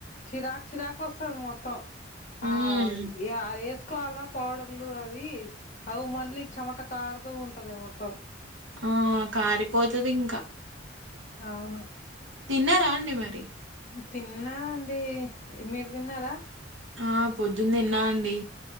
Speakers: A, on the left; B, on the right.
A: చిరాకు చిరాకు వస్తుంది మొత్తం ఆ
B: ఉమ్
A: అదే తీసుకోవాలా పౌడర్లు అవి అవి మళ్ళీ చెమట కారుతూ ఉంటది మొత్తం
B: ఆ కారిపోతుది ఇంకా
A: అవును
B: తిన్నారా అండి మరి
A: తిన్నా అండి మీరు తిన్నారా
B: ఆ పొద్దునా తిన్న అండి